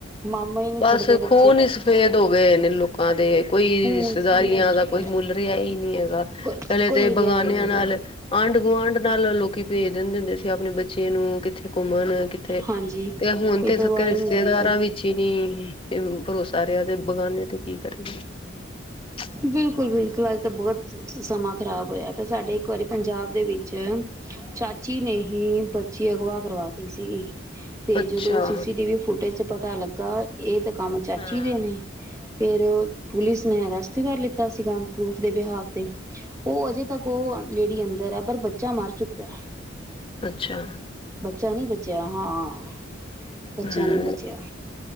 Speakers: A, on the right; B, on the left.
A: ਮਾਮਾ ਈ ਨੀ
B: ਬਸ
A: ਛੱਡਦੇ ਬੱ
B: ਖੂਨ ਈ ਸਫੇਦ ਹੋ ਗਏ ਨੇ ਲੋਕਾਂ ਦੇ ਕੋਈ
A: ਹੁਣ
B: ਰਿਸ਼ਤੇਦਾਰੀਆਂ
A: ਸਵੇਰ ਹੋ
B: ਦਾ
A: ਚੁੱਕੇ
B: ਕੋਈ
A: ਨੇ
B: ਮੁੱਲ ਰਿਆ ਈ ਨੀ ਹੈਗਾ।
A: ਕੋ
B: ਪੈਲੇ
A: ਕੋਈ
B: ਤੇ
A: ਰਿਹਾ
B: ਬਗਾਨੇਆਂ
A: ਹੀ ਨਹੀਂ
B: ਨਾਲ
A: ਹੈ
B: ਆਂਢ-ਗੁਆਂਢ ਨਾਲ ਲੋਕੀ ਭੇਜ ਦਿੰਦੇ ਹੁੰਦੇ ਸੀ ਆਪਨੇ ਬ ਬੱਚੇ ਨੂੰ ਕਿੱਥੇ ਘੁੰਮਨ ਕਿੱਥੇ
A: ਹਾਂਜੀ
B: ਤੇ ਹੁਨ
A: ਕੋਈ
B: ਤੇ
A: ਪਰਵਾਹ
B: ਸਕੇ ਰਿਸ਼ਤੇਦਾਰਾਂ
A: ਹੀ ਨਹੀਂ ਹੁੰਦੀ ਸੀ
B: ਵਿੱਚ ਹੀ ਨੀ ਭਰੋਸਾ ਰਿਆ ਤੇ ਬਗਾਨੇ ਤੇ ਕੀ ਕਰੇ ਬੰਦਾ।
A: ਬਿਲਕੁਲ-ਬਿਲਕੁਲ ਅੱਜ ਤੇ ਬਗਤ ਸਮਾਂ ਖਰਾਬ ਹੋਏਆ ਪਿਆ ਸਾਡੇ ਇੱਕ ਵਾਰੀ ਪੰਜਾਬ ਦੇ ਵਿੱਚ ਚਾਚੀ ਨੇ ਹੀ ਬੱਚੀ ਅਗਵਾ ਕਰਵਾਤੀ ਸੀਗੀ। ਤੇ
B: ਅੱਛਾ
A: ਜਦੋਂ ਸੀ ਸੀ ਟੀ ਵੀ ਫੁਟੇਜ ਚ ਪਤਾ ਲੱਗਾ ਏ ਤੇ ਕੰਮ ਚਾਚੀ
B: ਹਾਂ
A: ਦੇ ਨੇ। ਫੇਰ ਓ ਪੁਲਿਸ ਨੇ ਅਰੈਸਟ ਕਰ ਲਿੱਤਾ ਸੀਗਾ ਪਰੂਫ ਦੇ ਬਿਹਾਫ ਤੇ। ਓ ਅਜੇ ਤੱਕ ਓ ਲੇਡੀ ਅੰਦਰ ਐ ਪਰ ਬੱਚਾ ਮਰ ਚੁੱਕਾ ਐ।
B: ਅੱਛਾ।
A: ਬੱਚਾ ਨੀ ਬਚੇਆ, ਹਾਂ ਬੱਚਾ
B: ਹਮ
A: ਨੀ ਬਚੇਆ।